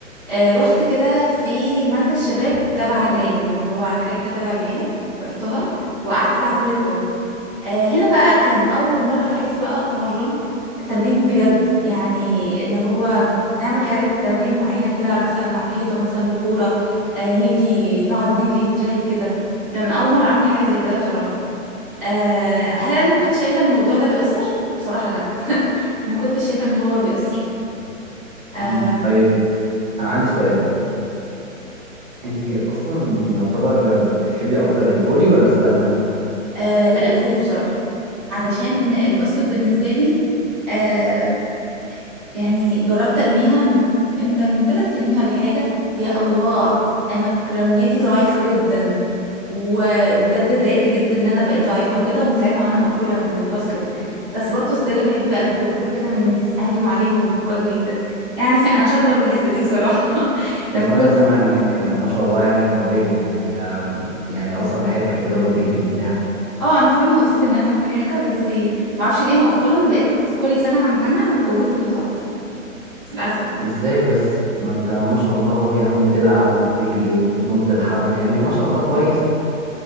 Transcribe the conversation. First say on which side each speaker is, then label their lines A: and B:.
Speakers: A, in the centre; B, on the right.
A: آه، رحت كده في مركز شباب تبع العيلة يعني هو حاجة كده تبع العيلة رحتها وقعدت ألعب فولي بول آه، هنا بقى كان أول مرة في حياتي بقى أتمرن تمرين بجد يعني اللي هو نعمل حاجات تمارين معينة كده مثلا على الحيطة مثلا بكورة آه، نجري نقعد نجري تراك كده كان أول مرة أعمل حاجة زي كده بصراحة آه، هل أنا كنت شايفة إن الموضوع ده بيأثر؟ بصراحة لأ <laughs> ما كنتش شايفة إن هو بيأثر آه،
B: مم. طيب انا عندي سؤال انت اصلا يعتبر بتحبي اكتر الفولي ولا السله
A: آه لا الفولي بصراحة علشان الباسكت بالنسبة لي آه يعني جربت ارميها م- امتى من ثلاث سنين ولا حاجة يا الله انا رميتي ضعيفة جدا وبجد اتضايقت جدا ان انا بقيت ضعيفة وكده ومن ساعتها وانا مقفولة من الباسكت بس برضه ستيل بحب اخد الكورة كده من الناس اهاجم عليهم واجري كده يعني <laughs> انا شاطرة في الحتة دي بصراحة <laughs>
B: بس
A: لما كنت
B: انا سامع انك آه، ما شاء الله يعني قويه يعني آم، يعني اصلا حركه كده وبتجري وبتاع
A: اه انا فعلا قلت ان انا حركة بس معرفش ليه مؤخرا بقيت كل سنة عن سنة قوتي بتضعف للأسف يعني
B: ازاي بس ما انت ما شاء الله هو يا عم بتلعب وبتجري وبتنط الحبل يعني ما شاء الله كويس